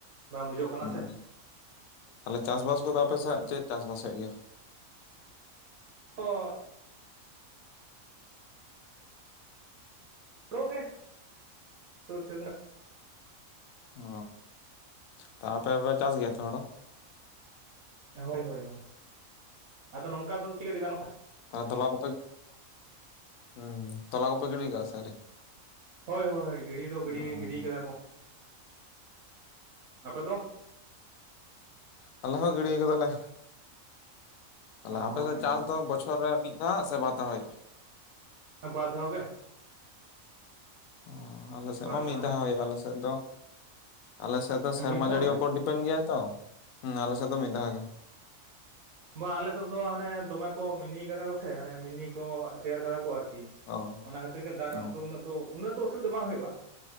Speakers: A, on the right (about 80°); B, on the left (about 80°).
A: ᱵᱟᱝ ᱵᱩᱡᱷᱟᱹᱜ ᱠᱟᱱᱟ
B: ᱦᱩᱸ
A: ᱥᱮ
B: ᱛᱟᱦᱞᱮ ᱪᱟᱥᱵᱟᱥ ᱠᱚᱫᱚ ᱟᱯᱮ ᱥᱮᱫ ᱪᱮᱫ ᱪᱟᱥ ᱵᱟᱥ ᱦᱩᱭᱩᱜ ᱜᱮᱭᱟ?
A: ᱚ ᱨᱚ ᱜᱮ ᱥᱩ ᱪᱟᱹᱨ ᱨᱮᱱᱟᱜ
B: ᱚ ᱛᱚ ᱟᱯᱮ ᱯᱮ ᱪᱟᱥ ᱜᱮᱭᱟ ᱛᱚ ᱦᱚᱲᱚ
A: ᱦᱚᱭ ᱦᱚᱭ ᱦᱚᱭ ᱟᱫᱚ ᱱᱚᱝᱠᱟ ᱫᱚ ᱪᱤᱠᱟᱹᱛᱮ ᱜᱟᱱᱚᱜᱼᱟ᱾
B: ᱛᱟ ᱛᱚᱞᱟ ᱠᱚᱯᱮ ᱦᱩᱸ ᱛᱚᱞᱟ ᱠᱚᱯᱮ ᱜᱤᱲᱤ ᱠᱟᱜ-ᱟ ᱥᱮ ᱟᱹᱣᱨᱤ
A: ᱦᱚᱭ ᱦᱚᱭ ᱜᱤᱲᱤ ᱫᱚ ᱜᱤᱲᱤ
B: ᱚ
A: ᱜᱤᱰᱤ ᱠᱟᱫᱟ ᱠᱚ ᱟᱯᱮ ᱫᱚ
B: ᱟᱞᱮ ᱦᱚᱸ ᱜᱤᱲᱤᱭ ᱠᱟᱫᱟᱞᱮ ᱛᱟᱦᱞᱮ
A: ᱦᱳᱭ
B: ᱟᱯᱮ ᱥᱮᱫ ᱪᱟᱥ ᱫᱚ ᱵᱚᱪᱷᱚᱨ ᱨᱮ ᱢᱤᱫ ᱫᱷᱟᱣ ᱥᱮ ᱵᱟᱨ ᱫᱷᱟᱣ ᱦᱩᱭᱩᱜᱼᱟ?
A: ᱵᱟᱨ ᱫᱷᱟᱣ ᱜᱮ
B: ᱚ ᱟᱞᱮ ᱥᱮᱫ
A: ᱵᱟᱨ
B: ᱢᱟ ᱢᱤᱫ
A: ᱜᱮ
B: ᱫᱷᱟᱣ ᱦᱚᱭᱚᱜᱼᱟ ᱟᱞᱮ ᱥᱮᱫ ᱫᱚ ᱟᱞᱮ ᱥᱮᱫ ᱫᱚ ᱥᱮᱨᱢᱟ
A: ᱢᱤᱫ ᱫᱷᱟᱣ
B: ᱡᱟᱹᱲᱤ
A: ᱜᱮ
B: ᱩᱯᱚᱨ ᱛᱟᱹᱱ ᱜᱮᱭᱟ ᱛᱚ ᱦᱚᱸ ᱟᱞᱮᱮᱥᱮᱫ ᱫᱚ ᱢᱤᱫ ᱫᱷᱟᱣ ᱜᱮ
A: ᱵᱟ ᱟᱞᱮ ᱥᱮᱫ ᱫᱚ ᱦᱟᱱᱮ ᱫᱚᱢᱮ ᱠᱚ ᱢᱤᱱᱤ ᱠᱟᱫᱟ ᱠᱚ ᱥᱮ ᱦᱟᱱᱮ ᱢᱤᱱᱤ ᱠᱚ ᱛᱮᱭᱟᱨ ᱠᱟᱫᱟ ᱠᱚ ᱟᱨᱠᱤ
B: ᱚ
A: ᱚᱱᱟ ᱠᱷᱟᱹᱛᱤᱨ ᱜᱮ ᱫᱟᱜ ᱨᱮᱱᱟᱜ
B: ᱚ
A: ᱫᱚ ᱩᱱᱟᱹᱜ ᱫᱚ ᱩᱱᱟᱹᱜ ᱫᱚ ᱚᱥᱩᱫᱽ ᱵᱟᱝ ᱦᱩᱭᱩᱜᱼᱟ